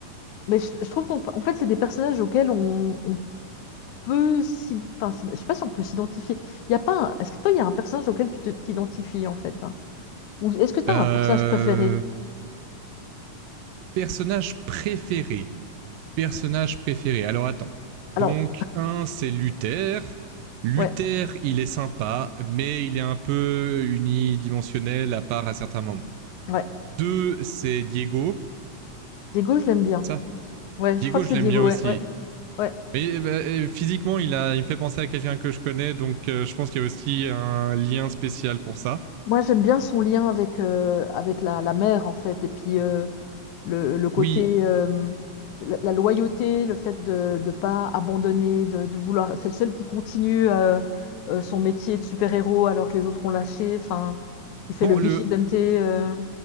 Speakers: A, on the left; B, on the right.
A: Mais je, je trouve qu'en fa- en fait, c'est des personnages auxquels on, on peut s'y... Enfin, c'est- je sais pas si on peut s'identifier. Il y a pas un- Est-ce que toi, il y a un personnage auquel tu te- t'identifies, en fait? hein Ou est-ce que tu
B: euh...
A: as un personnage préféré?
B: Personnage préféré. personnage préféré Alors attends. Donc
A: Alors,
B: un, c'est Luther. Luther,
A: ouais,
B: il est sympa, mais il est un peu unidimensionnel à part à certains moments.
A: ouais.
B: Deux, c'est Diego.
A: Diego, je l'aime bien.
B: Ça,
A: Ouais,
B: Diego,
A: je crois que
B: je
A: c'est
B: l'aime
A: Diego,
B: bien aussi.
A: ouais, ouais, ouais.
B: Mais bah, physiquement, il, a, il me fait penser à quelqu'un que je connais, donc euh, je pense qu'il y a aussi un lien spécial pour ça.
A: Moi, j'aime bien son lien avec, euh, avec la, la mère, en fait. Et puis, euh, le, le côté,
B: Oui.
A: euh, la, la loyauté, le fait de ne pas abandonner, de, de vouloir. C'est le seul qui continue euh, euh, son métier de super-héros alors que les autres ont lâché, enfin, qui fait
B: Bon,
A: le vigilante.
B: le
A: euh.